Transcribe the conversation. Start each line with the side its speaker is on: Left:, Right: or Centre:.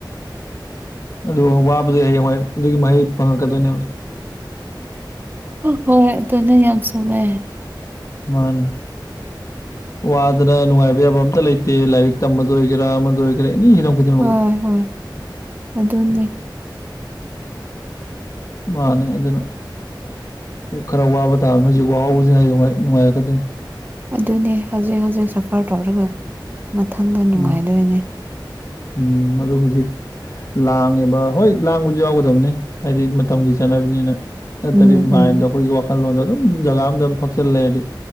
Left: ꯑꯗꯨꯒ ꯋꯥꯕꯗꯤ ꯍꯌꯦꯡꯋꯥꯏ ꯑꯗꯨꯒꯤ ꯃꯍꯩ ꯐꯪꯉꯛꯀꯗꯣꯏꯅꯦꯕ
Right: ꯍꯣꯏ ꯑꯗꯨ ꯅ‌ꯦ ꯌꯥꯝ ꯆꯨꯃ ꯃꯦ
Left: ꯃꯥꯅꯤ ꯋꯥꯗꯅ ꯅꯨꯡꯉꯥꯏꯕ꯫ ꯕ ꯌꯥꯕ ꯑꯝꯇ ꯂꯩꯇꯦ ꯂꯥꯏꯔꯤꯛ ꯇꯝꯕꯗ ꯑꯣꯏꯒꯦꯔꯥ ꯑꯃꯗ ꯑꯣꯏꯒꯦꯔꯥ ꯑꯦꯅꯤ ꯍꯤꯔꯝ ꯈꯨꯗꯤꯡꯃꯛꯇ
Right: ꯍꯣꯏ ꯍꯣꯏ ꯑꯗꯨꯅꯦ
Left: ꯃꯥꯅꯦ ꯑꯗꯨꯅ ꯈꯔ ꯋꯥꯕ ꯇꯥꯕꯅꯤ ꯍꯧꯖꯤꯛ ꯋꯥꯍꯧꯕꯁꯤꯅ ꯍꯌꯦꯡꯋꯥꯏ ꯅꯨꯡꯉꯥꯏꯔꯛꯀꯗꯣꯏꯅꯤ
Right: ꯑꯗꯨꯅꯦ ꯍꯧꯖꯤꯛ ꯍꯧꯖꯤꯛ ꯁꯐ꯭ꯔ ꯇꯧꯔꯒ ꯃꯊꯪꯗ ꯅꯨꯡꯉꯥꯏꯗꯣꯏꯅꯦ
Left: ꯎꯝ ꯎꯝ ꯑꯗꯨ ꯍꯧꯖꯤꯛ ꯂꯥꯡꯉꯦꯕ ꯍꯣꯏ ꯂꯥꯡꯕꯁꯨ ꯌꯥꯎꯒꯗꯕꯅꯦ ꯍꯥꯏꯗꯤ ꯃꯇꯝꯒꯤ ꯆꯠꯅꯕꯤꯅꯤꯅ ꯅꯠꯇ꯭ꯔꯗꯤ
Right: ꯎꯝ
Left: ꯃꯥꯏꯟꯗ
Right: ꯎꯝ
Left: ꯑꯩꯈꯣꯏꯒꯤ ꯋꯥꯈꯜꯂꯣꯟꯗ ꯑꯗꯨꯝ ꯖꯒꯥ ꯑꯝꯗꯝ ꯐꯛꯆꯜ ꯂꯩꯔꯗꯤ